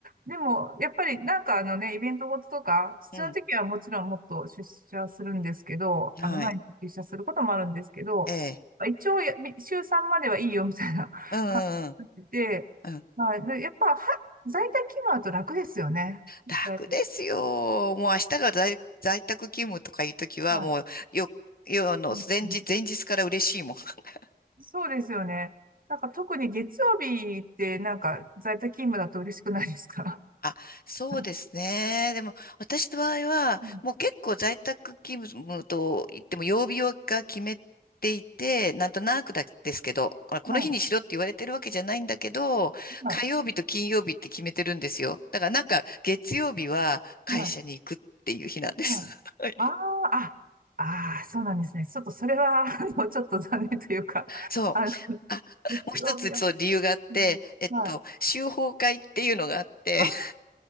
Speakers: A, on the right (about 60°); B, on the left (about 65°).
A: でも、やっぱりなんかあのね、イベントごととか、必要な時はもちろんもっと出社するんですけど、
B: うん。はい。
A: あの、毎日出社することもあるんですけど、
B: ええ。
A: 一応や、週3まではいいよみたいな
B: うんうん
A: <laughs> 感じで、
B: うん。うん
A: はい、でやっぱは、在宅勤務だと楽ですよね。
B: 楽ですよ。
A: だいぶ
B: もう明日が在、在宅勤務とかいうときは、
A: はい。
B: もう、よ、よ、あの、
A: うんうん
B: 前日、前日から嬉しいもん。<laughs>
A: そうですよね。なんか特に月曜日ってなんか在宅勤務だと嬉しくないですか
B: あ、そうですね。
A: <laughs>
B: でも、私の場合は、
A: うん
B: もう結構在宅勤務と言っても、曜日が決めていて、なんとなくだですけど、あこの日にしろって言われてるわけじゃないんだけど、
A: はい。はい。
B: 火曜日と金曜日って決めてるんですよ。だからなんか、月曜日は会社に行くっていう日なんです。
A: はい。うん。ああ、
B: <laughs>
A: あああそうなんですね。ちょっとそれは、<laughs> あの、ちょっと残念というか、
B: そう。
A: <laughs> あの、
B: あ、
A: 日曜日は、
B: もう一つ、そう、理由があって、
A: うん、
B: えっと、
A: はい。
B: 修法会っていうのがあって、
A: あ
B: <laughs>